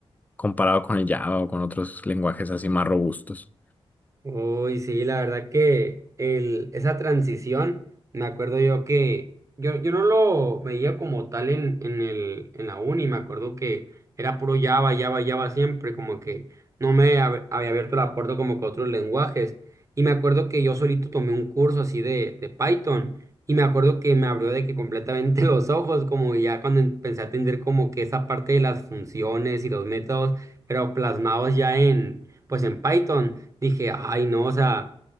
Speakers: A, on the left; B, on the right.
A: comparado con el Java o con otros lenguajes así más robustos.
B: Uy, sí, la verdad que el, esa transición, me acuerdo yo que yo, yo no lo veía como tal en, en el, en la uni, me acuerdo que era puro Java, Java, Java siempre, como que no me hab- había abierto la puerta como que a otros lenguajes. Y me acuerdo que yo solito tomé un curso así de, de Python y me acuerdo que me abrió de que completamente <laughs> los ojos, como ya cuando empecé a entender como que esa parte de las funciones y los métodos, pero plasmados ya en, pues en Python dije, ay, no, o sea,